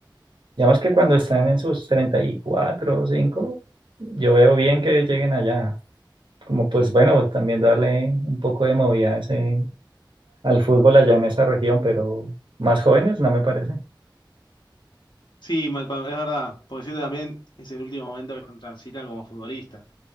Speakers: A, on the right; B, on the left.
A: Digamos que cuando están en sus 34 o 5 yo veo bien que lleguen allá como pues bueno, también darle un poco de movida a ese, al fútbol allá en esa región, pero más jóvenes no me parece.
B: Sí, mal- cuando- es verdad, porque siento también es el último momento que transitan como futbolista.